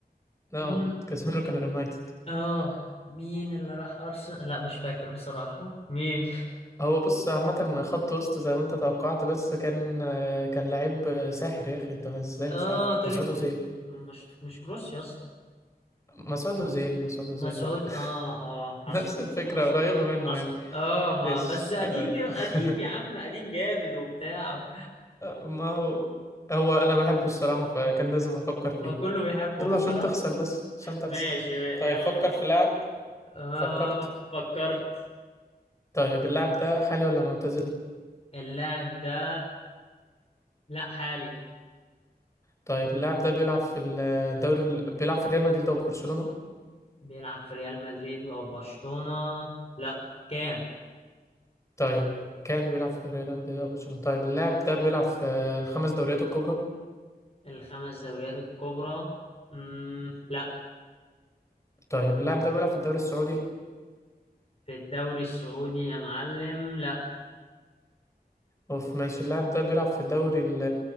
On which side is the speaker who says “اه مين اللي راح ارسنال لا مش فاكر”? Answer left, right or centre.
Left